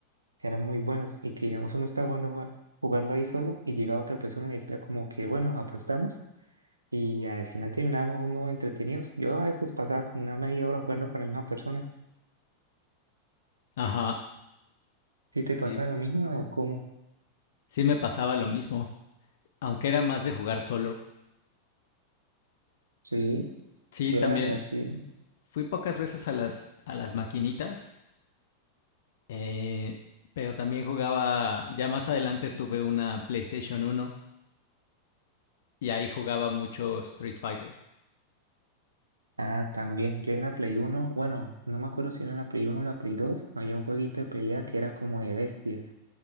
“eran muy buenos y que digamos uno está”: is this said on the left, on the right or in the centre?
Right